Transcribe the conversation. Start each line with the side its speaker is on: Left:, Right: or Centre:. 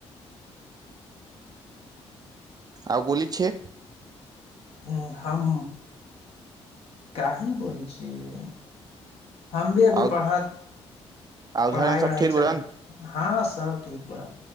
Right: आउ बोली छै
Left: उ हम काही बोलै छियै हम भी अभी
Right: आ
Left: पढ़त
Right: उधर
Left: पढ़ाई
Right: मे सब
Left: वढ़ाई
Right: ठीक
Left: चलत
Right: बड़न
Left: हँ सब ठीक बा